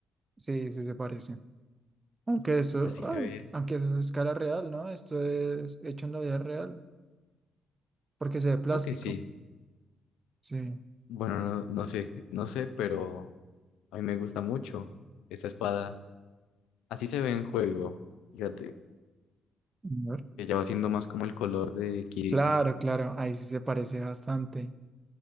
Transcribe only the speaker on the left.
así
se ve.
Creo que sí.
Bueno, no, no sé, no sé, pero a mí me gusta mucho esa espada. Así se ve en juego, fíjate,
que ya va siendo más como el color de Kirito.